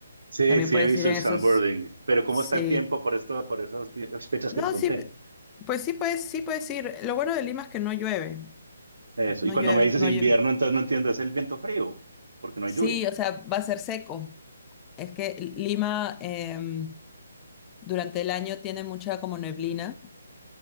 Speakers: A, on the right; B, on the left.
A: Sí,
B: También
A: sí,
B: puedes
A: he visto
B: ir en
A: el sandboarding,
B: esos,
A: pero ¿cómo
B: sí.
A: está el tiempo por esto, por esas fechas
B: No,
A: que te conté?
B: sí, pues sí puedes, sí puedes ir. Lo bueno de Lima es que no llueve,
A: Eso.
B: no
A: Y cuando
B: llueve,
A: me dices
B: no
A: invierno,
B: llueve.
A: entonces no entiendo, es el viento frío, porque no
B: Sí,
A: hay lluvias.
B: o sea, va a ser seco. Es que Lima em, durante el año tiene mucha como neblina.